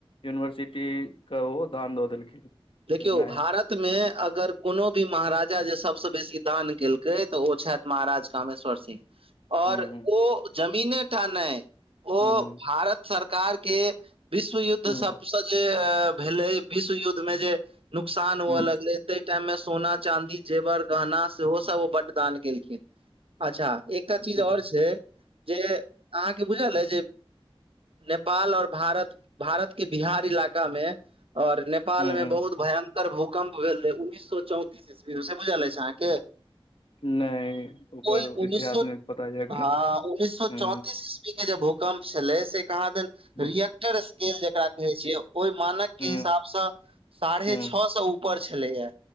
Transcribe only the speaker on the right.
देखियौ
भारत। मे अगर कोनो भी महाराजा जे सभस बेसी दान केलकै तऽ ओ छथि। महाराज कामेश्वर सिंह और
ओ जमीने ठाना ओ
भारत सरकार के विश्व युद्
जे भेलै विश्व युद्ध मे जे नुकसान हुअ
लगल तै टाइम मे सोना चाँदी जेवर गहना सेहो सब ओ बड्ड दान केलखि अच्छा एकटा चीज
आओर छै जे अहाँके बुझल अइ ज नेपाल और भारत भारत के बिहार इलाका मे और न नेपाल
में
बहुत भयंकर भूकम्प भेल रहे उन्नैस सए चौंतीस ईस्वी मे से बुझल अछि अहाँक
कोइ उन्नीस
सौ
हँ उन्नीस
सौ चौतीस ई के जे भूकम्प छलै ज कहाँ देन
रिए्टर स्केल जेकरा कहे छिय ओहि मानक
के हिसाब स साढ़े
छओ स ऊपर छलैए